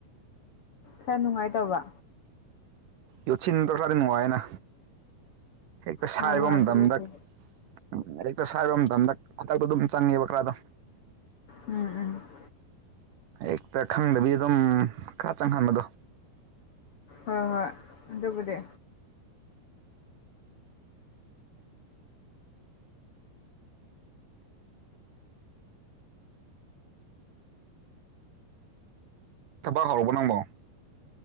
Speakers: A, on the left; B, on the right.
A: ꯈꯔ ꯅꯨꯡꯉꯥꯏꯇꯕ꯭ꯔ
B: ꯌꯣꯠꯁꯤꯟ ꯇꯧꯈ꯭ꯔꯗꯤ ꯅꯨꯡꯉꯥꯏꯅ ꯍꯦꯛꯇ ꯁꯥꯏꯕ
A: ꯍꯣꯏ ꯍꯣꯏ
B: ꯃꯇꯝꯗ
A: ꯑꯗꯨꯕꯨꯗꯤ
B: ꯎꯝ ꯍꯦꯛꯇ ꯁꯥꯏꯕ ꯃꯇꯝꯗ ꯈꯨꯗꯛꯇ ꯑꯗꯨꯝ ꯆꯪꯉꯦꯕ ꯈꯔꯗꯣ
A: ꯎꯝ ꯎꯝ
B: ꯍꯦꯛꯇ ꯈꯪꯗꯕꯤ ꯑꯗꯨꯝ ꯈꯔ ꯆꯪꯍꯟꯕꯗꯣ
A: ꯍꯣꯏ ꯍꯣꯏ ꯑꯗꯨꯕꯨꯗꯤ
B: ꯊꯕꯛ ꯍꯧꯔꯕꯣ ꯅꯪꯕꯣ